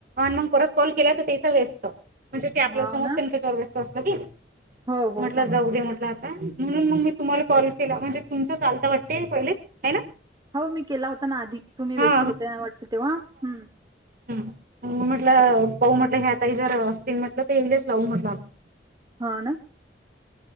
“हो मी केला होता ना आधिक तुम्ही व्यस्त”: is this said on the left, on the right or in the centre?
Right